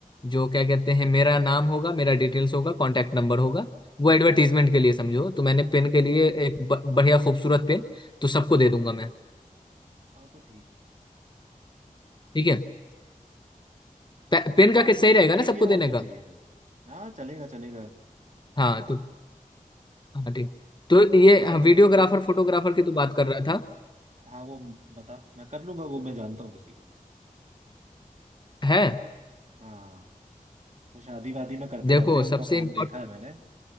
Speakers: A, on the left (about 30°); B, on the right (about 55°).
A: जो क्या कहते हैं मेरा नाम होगा मेरा डिटेल्स होगा कांटेक्ट नंबर होगा वो एडवर्टीजमेंट के लिए समझो तो मैंने पेन के
B: अच्छा,
A: लिए एक ब, बढ़िया खूबसूरत पेन तो सबको दे दूंगा मैं
B: हाँ तो ठीक है
A: ठीक है पे,
B: तो
A: पेन
B: फिर बाकी
A: का किस सही
B: तो
A: रहेगा
B: सब
A: ना
B: ठीक
A: सबको
B: है
A: देने
B: और क्या
A: का
B: चाहिए फिर हाँ चलेगा चलेगा
A: हाँ तो हाँ ठीक तो
B: बाकी
A: ये हाँ,
B: तो सब
A: वीडियोग्राफर
B: ठीक है चलो
A: फोटोग्राफर की तो बात कर रहा था
B: हाँ वो बता मैं कर लूंगा वो मैं जानता हूँ किसी को
A: है
B: हाँ वो शादी वादी में करते
A: देखो
B: रहते हैं
A: सबसे
B: उनका काम
A: इम्पोर्ट
B: देखा है मैंने